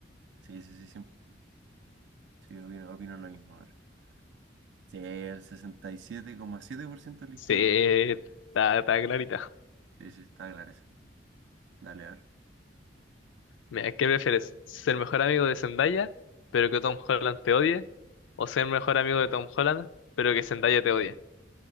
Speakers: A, on the right; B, on the left.
A: Sí, sí, sí, siempre. Sí, opino, opino lo mismo. A ver. Sí, el sesenta y siete siete coma siete por ciento eligió.
B: Sí, está, está clarita.
A: Sí, sí, está claro eso. Dale, a ver.
B: Mira, ¿qué prefieres? ¿Ser mejor amigo de Zendaya, pero que Tom Holland te odie? ¿O ser mejor amigo de Tom Holland, pero que Zendaya te odie?